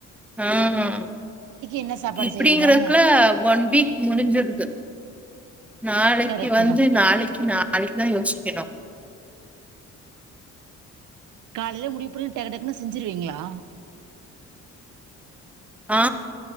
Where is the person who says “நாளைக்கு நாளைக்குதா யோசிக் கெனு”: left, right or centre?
Centre